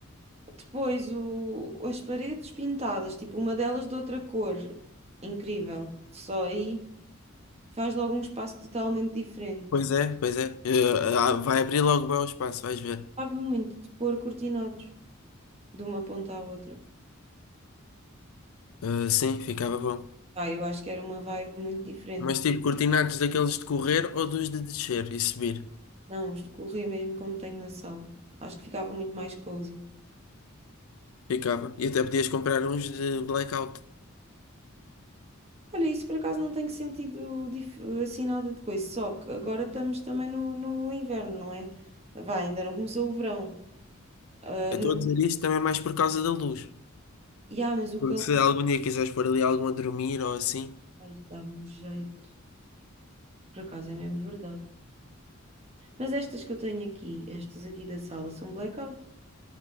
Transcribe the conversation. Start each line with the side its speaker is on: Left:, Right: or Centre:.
Right: depois o, as paredes pintadas, tipo uma delas de outra cor. Incrível. Só aí. Faz logo um espaço totalmente diferente.
Left: pois é, pois é. Eh, ah, vai abrir logo bem o espaço, vais ver.
Right: Gostava muito de pôr cortinados de uma ponta à outra.
Left: Eh, sim, ficava bom.
Right: Ah, eu acho que era uma vibe muito diferente.
Left: Mas
Right: porque
Left: tipo, cortinados daqueles de correr ou dos de descer e subir.
Right: Não, os de mesmo como tenho na sala. Acho que ficava muito mais cozy.
Left: Ficava. E até podias comprar uns de blackout.
Right: Olha, isso por acaso não tem sentido dif- assim nada de coisa. Só que agora estamos também no, no inverno, não é? Vá, ainda não começou o verão. Ah,
Left: Eu
Right: no...
Left: estou a dizer isto também mais por causa da luz.
Right: E ah, mas o
Left: Porque
Right: calor.
Left: se algum dia quiseres pôr ali algum a dormir ou assim.
Right: Ai, dava-me jeito. Por acaso é mesmo verdade. Mas estas que eu tenho aqui, estas aqui da sala, são blackout.